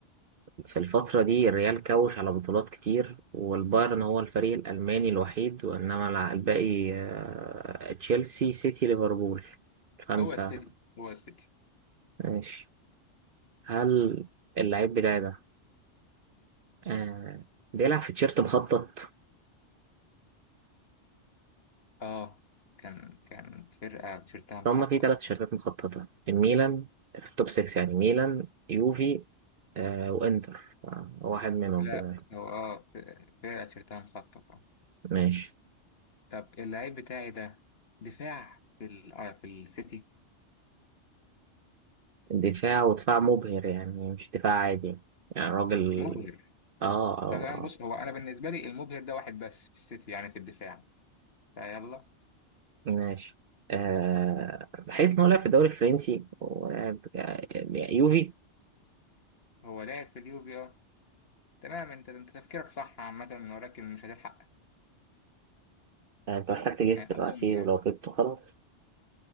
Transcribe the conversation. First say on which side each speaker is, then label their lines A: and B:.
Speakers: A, on the right; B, on the left.
A: في الفترة دي الريال كوش على بطولات كتير والبايرن هو الفريق الألماني الوحيد وإنما الع- الباقي آه، تشيلسي سيتي ليفربول فأنت
B: هو السيتي هو السيتي
A: ماشي هل اللعيب بتاعي ده آه، بيلعب في تيشيرت مخطط؟
B: اه كان كان فرقة تيشيرتها مخططة
A: هما في تلات تيشيرتات مخططة الميلان في التوب 6 يعني ميلان يوفي آه، وإنتر آه، واحد منهم
B: لا
A: كده
B: هو اه ف- فرقة تيشيرتها مخططة
A: ماشي
B: طب اللعيب بتاعي ده دفاع في ال آه في السيتي
A: دفاع ودفاع مبهر يعني مش دفاع عادي يعني يعني راجل
B: مبهر
A: اه اه اه
B: طب انا بص هو انا بالنسبة لي المبهر ده واحد بس في السيتي يعني في الدفاع فيلا
A: ماشي آه بحيث ان هو لعب في الدوري الفرنسي ولعب آه، يوفي
B: هو لعب في اليوفي اه تمام انت انت تفكيرك صح عامة ولكن مش هتلحق
A: آه، انت محتاج تجس
B: يعني
A: دلوقتي
B: اظن يعني
A: ولو جبته خلاص